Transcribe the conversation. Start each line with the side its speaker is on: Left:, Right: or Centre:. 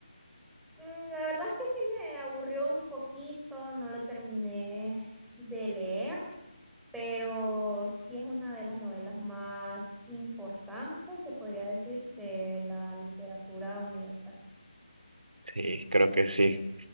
Centre: Mm, La verdad es que sí me aburrió un poquito, no lo terminé de leer, pero sí es una de las novelas más importantes, se podría decir, de la literatura universal.
Right: Sí, creo que sí.